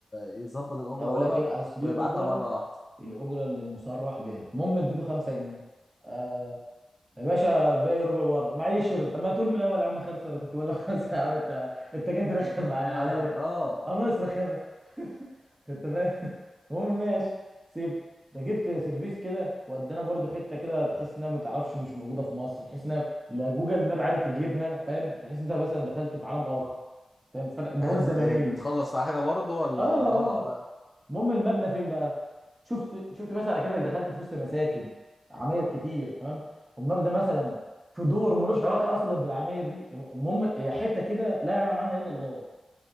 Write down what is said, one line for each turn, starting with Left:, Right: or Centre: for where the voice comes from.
Left: يظبط الاجره
Right: لا اقول
Left: ورا
Right: لك ايه اصل دي
Left: ويبعتها
Right: الاجره
Left: مره واحده
Right: الاجره اللي مصرح بيها المهم اديته 5 جنيه آه، يا باشا باقي ربع ورا معيش شرب طب ما تقول من الاول يا عم خمسه ولا كنت بقول لك خمسه يا عم انت انت جاي ترخم
Left: ايوه
Right: معايا
Left: انا
Right: عليا
Left: اه
Right: انا ناقص رخامه <laughs> انت فاهم المهم ماشي سيب ركبت سيرفيس كده ودانا برضو حته كده تحس انها ما تعرفش مش موجوده في مصر تحس انها لا جوجل ماب عارف يجيبها فاهم تحس انت مثلا دخلت في عالم اخر فاهم فتح بوابه
Left: حته
Right: زمنيه
Left: ايه بتخلص في حاجه برضه ولا
Right: اه آه.
Left: مروح بقى
Right: المهم المبنى فين بقى شفت شفت مثلا اكنك دخلت في وسط مساكن عماير كتير تمام والمبنى مثلا في دور ملوش علاقه اصلا بالعماير دي المهم هي حته كده لا يعلم عنها الا الله